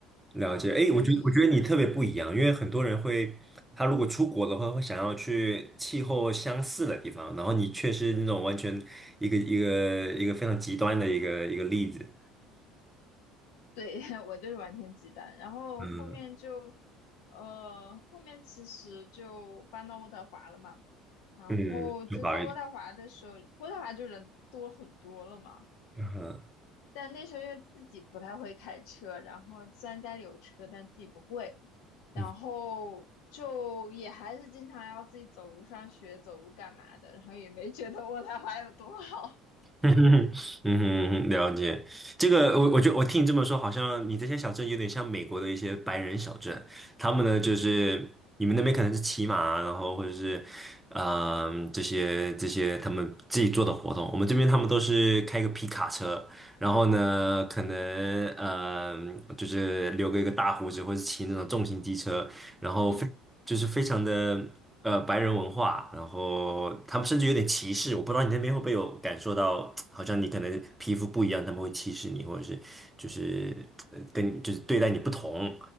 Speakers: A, in the centre; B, on the left (about 75°).
A: 了解，哎，
B: 所以。
A: 我觉得我觉得你特别不一样，因为很多人会，他如果出国的话，会想要去气候相似的地方，然后你却是那种完全一个一个一个非常极端的一个一个例子，
B: 对，<laughs> 我就是完全鸡蛋，然后后面就，
A: 嗯
B: 呃，后面其实就搬到渥太华了嘛，然后就在渥太华的时候，
A: 嗯，就好一点，
B: 渥太华就人多很多了嘛，
A: 嗯
B: 但那时候因为自己不太会开车，然后虽然家里有车，但自己不会，然后就也还是经常要自己走路上学，
A: 嗯。
B: 走路干嘛的，然后也没觉得渥太华有多好，
A: <laughs> 嗯哼，嗯哼，了解。这个，我我觉得我听你这么说，好像你这些小镇有点像美国的一些白人小镇。他们呢，就是你们那边可能是骑马啊，然后或者是，嗯、这些这些他们自己做的活动。我们这边他们都是开个皮卡车，然后呢，可能嗯呃，就是留个一个大胡子，或者骑那种重型机车，
B: <laughs>
A: 然后非就是非常的呃白人文化，
B: 嗯。
A: 然后他们甚至有点歧视，我不知道你那边会不会有感受到，好像你可能皮肤不一样，他们会歧视你，或者是就是呃跟你就是对待你不同，